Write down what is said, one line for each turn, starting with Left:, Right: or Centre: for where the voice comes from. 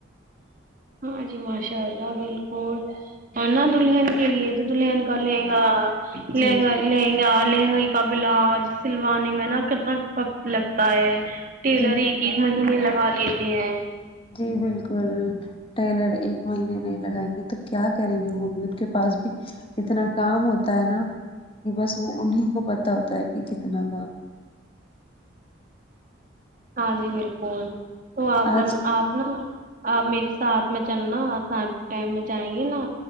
Right: ہاں جی ماشاء اللہ بالکل ہے نا دلہن کے لیے تو دلہن کا لہنگا
Left: جی
Right: لہنگا لہنگا لہنگا کا بلاج سلوانی میں نا کتنا لگتا ہے ٹیلر
Left: جی
Right: ایک ہی مہینے لگا لیتے ہیں
Left: جی بالکل ٹیلر ایک مہینے نہیں لگائیں گے تو کیا کریں گے وہ بھی ان کے پاس بھی اتنا کام ہوتا ہے نا کہ بس وہ انہیں کو پتہ ہوتا ہے کہ کتنا کام
Right: ہاں جی بالکل تو آپن
Left: آج
Right: آپ نا ہم آپ میرے ساتھ میں چلنا آسام کے ٹائم میں جائیں گے نا